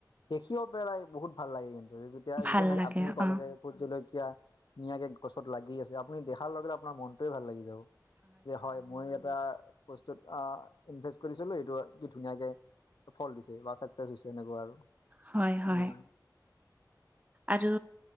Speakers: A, on the left; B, on the right.
A: দেখিও পেলাই বহুত ভাল লাগে কিন্তু যেতিয়া
B: ভাল
A: যেতিয়া ন
B: লাগে
A: আপুনি কলে
B: অ
A: যে ভোট জলকীয়া ধুনীয়াকে গছত লাগি আছে, আপুনি দেখাৰ লগে আপোনাৰ মনটোৱে ভাল লাগি যাব। যে হয় মই এটা বস্তুত আ ইনভেষ্ট কৰি ছিলো এইটো কি ধুনীয়াকে ফল দিছে বা চাকচেছ হৈছে এনেকুৱা আৰু।
B: হয়-হয়।
A: হয়
B: আৰু